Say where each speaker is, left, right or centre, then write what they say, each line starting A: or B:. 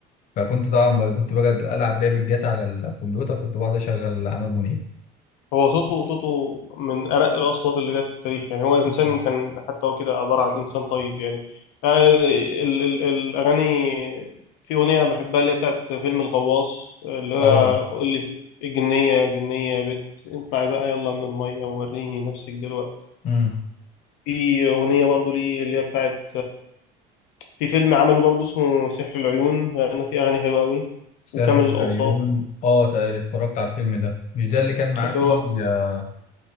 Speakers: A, on the left (about 40°); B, on the left (about 85°).
A: فكنت طبعا لما كنت بقعد ألعب لعبة جات على الكمبيوتر كنت بقعد أشغل عامر منيب
B: هو صوته صوته من أرق الأصوات اللي جت في التاريخ يعني هو إنسان
A: مم.
B: كان حتى هو كده عبارة عن إنسان طيب يعني آه، ال ال الأغاني في أغنية بحبها اللي هي بتاعت فيلم الغواص اللي هو
A: اه
B: قول لي في- الجنية يا جنية يا بت اطلعي بقى يلا من المية ووريني نفسك دلوقتي
A: امم
B: في أغنية برضو ليه اللي هي بتاعت في فيلم عمله برضو اسمه سحر العيون لأن في أغاني حلوة أوي
A: ساحر
B: وكامل
A: العيون
B: الأوصاف
A: اه تق- اتفرجت على الفيلم ده مش ده اللي كان معاه
B: اللي
A: فيه
B: هو
A: آه،